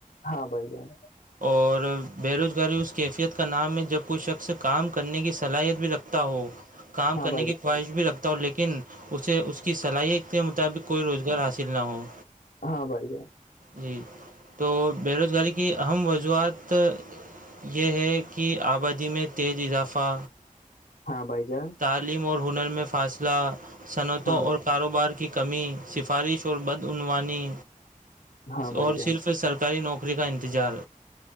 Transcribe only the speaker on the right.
اور بےروزگاری اس کیفیت کا نام ہے جب کوھ شخص کام کرنے کی صلاحیت بھی رکھ تتا ہو کام
کرنے
کی خواہش بھی رکھتا ہو لیکن اسے اس کی صلاحیت کے مطابق کوئی روزگار حاصل نہ ہو
جی تو بے روزگاری کی اہم وضوعات یہ ہے کہ آبادی میں تیز اضافہ
تعلیم اور ہنر میں فاصلہ صنعتوں
اور
کاروبار کی کمی سفارش اور بدعنوانی
اور
صرف سرکاری نوکری پخری کا انتظار